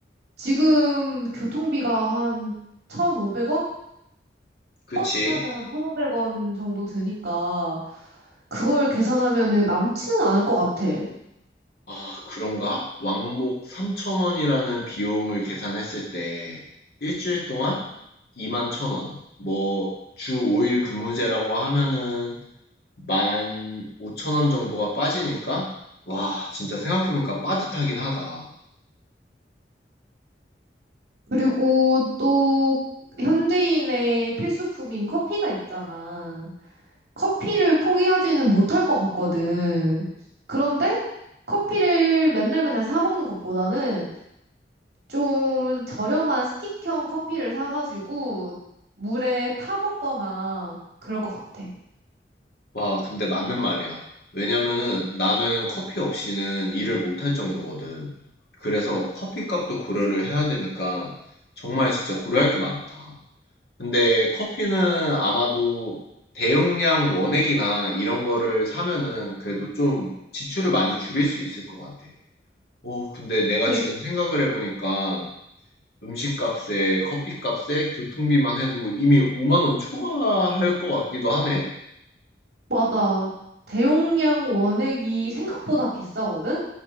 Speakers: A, on the right; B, on the left.
A: 지금 교통비가 한 1,500원?
B: 그치?
A: 버스 타면 한 1,500원 정도 드니까 그걸 계산하면은 남지는 않을 것 같아.
B: 아, 그런가? 왕복 3천원이라는 비용을 계산했을 때 일주일 동안 2만 1,000원. 뭐 주 5일 근무제라고 하면은 15,000원 정도가 빠지니까 와, 진짜 생각해보니까 빠듯하긴 하다.
A: 그리고 또 현대인의 필수품인 커피가 있잖아. 커피를 포기하지는 못할 것 같거든. 그런데 커피를 맨날 맨날 사 먹는 것보다는 좀 저렴한 스틱형 커피를 사가지고 물에 타 먹거나 그럴 것 같아.
B: 와, 근데 맞는 말이야. 왜냐면은 나는 커피 없이는 일을 못할 정도거든. 그래서 커피값도 고려를 해야 되니까 정말 진짜 고려할 게 많다. 근데 커피는 아마도 대용량 원액이나 이런 거를 사면은 그래도 좀 지출을 많이 줄일 수 있을 것 같아. 어, 근데 내가
A: 제일
B: 지금 생각을 해보니까 음식값에 커피값에 교통비만 해도 이미 5만 원 초과할 것 같기도 하네?
A: 맞아. 대용량 원액이 생각보다 비싸거든?